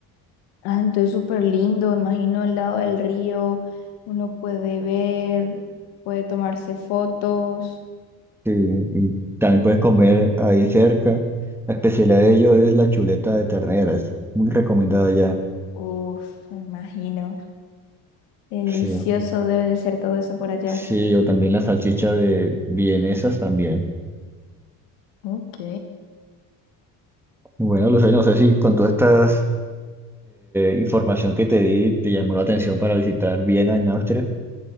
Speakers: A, on the left (about 85°); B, in the centre.
A: Ah, entonces súper lindo, imagino al lado del río, uno puede ver, puede tomarse fotos.
B: Sí, y también puedes comer ahí cerca. La especialidad de ellos es la chuleta de ternera, es muy recomendada ya.
A: Uf, me imagino. Delicioso
B: Sí,
A: debe de ser todo eso por allá.
B: sí, o también la salchicha de vienesas también.
A: Ok.
B: Bueno, Lucía, no sé si con toda esta información que te di te llamó la atención para visitar Viena en Austria.